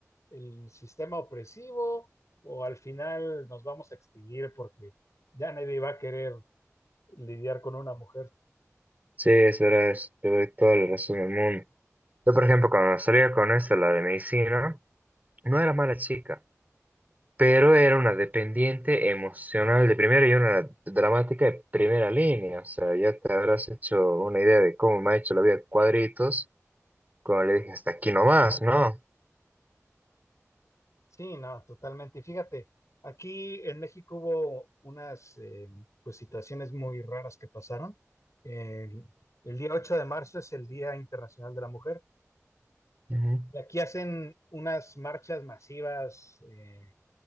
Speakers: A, on the left; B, on the right.
A: el sistema opresivo, o al final nos vamos a extinguir porque ya nadie va a querer lidiar con una mujer.
B: sí, es verdad, es- te doy toda la razón del mundo. Yo, por ejemplo, cuando salía con esta, la de medicina, no era mala chica, pero era una dependiente emocional de primera y una dramática de primera línea. O sea, ya te habrás hecho una idea de cómo me ha hecho la vida cuadritos cuando le dije hasta aquí nomás, ¿no?
A: Sí, no, totalmente. Y fíjate, aquí en México hubo unas eh, pues situaciones muy raras que pasaron. El, el día 8 de marzo es el Día Internacional de la Mujer
B: Ujú.
A: y aquí hacen unas marchas masivas eh,